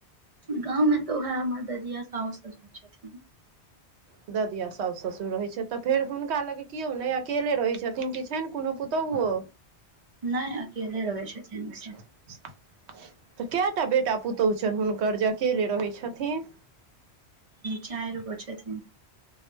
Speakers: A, on the right (about 45°); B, on the right (about 80°).
A: गाँवमे त ओहे हमर ददिया साउस ससूर छथिन।
B: <inaudible> ददिया साउस ससुर रहै छैथ त फेर हुनका लग किओ नै अकेले रहै छथिन कि छैन कोनो पुतोहुओ।
A: नय अकेले रहै छथिन।
B: <inaudible>
A: ओसभ
B: त कए टा बेटा पुतोह छैन हुनकर जे अकेले रहै छथिन।
A: चाइर गो छथिन।